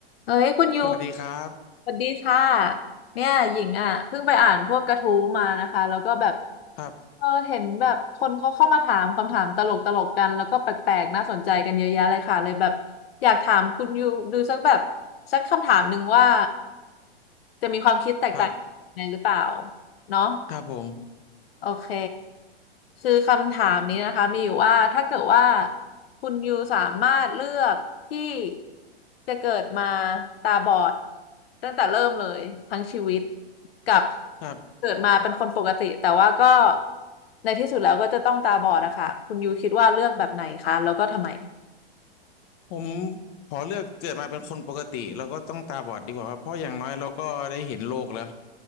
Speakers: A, on the left; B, on the left.
A: เอ้ยคุณยู
B: สวัสดีครับ
A: สวัสดีค่ะเนี่ยหญิงอ่ะเพิ่งไปอ่านพวกกระทู้มานะคะแล้วก็แบบ
B: ครับ
A: เออเห็นแบบคนเขาเข้ามาถามคำถามตลกตลกกันแล้วก็แปลกๆน่าสนใจกันเยอะแยะเลยค่ะเลยแบบอยากถามคุณยูดูสักแบบสักคำถามหนึ่งว่าจะมีความคิดแตกต่างยังไงหรือเปล่า
B: ครับ
A: เนาะ
B: ครับผม
A: โอเคคือคำถามนี้นะคะมีอยู่ว่าถ้าเกิดว่าคุณยูสามารถเลือกที่จะเกิดมาตาบอดตั้งแต่เริ่มเลยทั้งชีวิตกับ
B: ครับ
A: เกิดมาเป็นคนปกติแต่ว่าก็ในที่สุดแล้วก็จะต้องตาบอดอะค่ะคุณยูคิดว่าเลือกแบบไหนคะแล้วก็ทำไม
B: ผมขอเลือกเกิดมาเป็นคนปกติแล้วก็ต้องตาบอดดีกว่าครับเพราะอย่างน้อยเราก็ได้เห็นโลกแล้ว